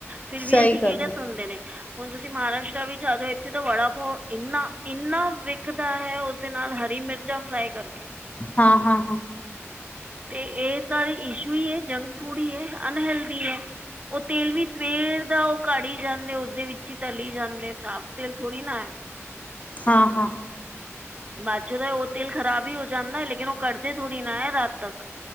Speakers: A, on the right; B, on the left.
A: ਫਿਰ ਵੀ
B: ਸਹੀ
A: ਅਸੀਂ ਕਿਹੜਾ
B: ਗੱਲ ਹੈ।
A: ਸੁਣਦੇ ਨੇ ਹੁਣ ਤੁਸੀਂ ਮਹਾਰਾਸ਼ਟਰ ਵੀ ਆ ਜਾਓ ਇੱਥੇ ਤਾਂ ਵੜਾ ਪੋਓ ਇੰਨਾ ਇੰਨਾ ਵਿਕਦਾ ਹੈ ਉਸਦੇ ਨਾਲ ਹਰੀ ਮਿਰਚਾਂ ਫਰਾਈ ਕਰ
B: ਹਾਂ ਹਾਂ ਹਾਂ
A: ਤੇ ਇਹ ਸਾਰੇ ਇਸ਼ੂ ਈ ਏ ਜੰਕ ਫੂਡ ਹੀ ਹੈ ਅਨਹੈਲਦੀ ਐ। ਉਹ ਤੇਲ ਵੀ ਸਵੇਰ ਦਾ ਉਹ ਘੜ ਹੀ ਜਾਂਦੇ ਉ ਦੇ ਵਿੱਚ ਹੀ ਤਲੀ ਜਾਂਦੇ ਸਾਫ ਤੇਲ ਥੋੜ੍ਹੀ ਨਾ ਏ
B: ਹਾਂ ਹਾਂ
A: ਬਾਅਦ ਚੋਂ ਦਾ ਉਹ ਤੇਲ ਖ਼ਰਾਬ ਹੀ ਹੋ ਜਾਂਦਾ ਲੇਕਿਨ ਉਹ ਕੱਢਦੇ ਥੋੜ੍ਹੀ ਨਾ ਰਾਤ ਤਕ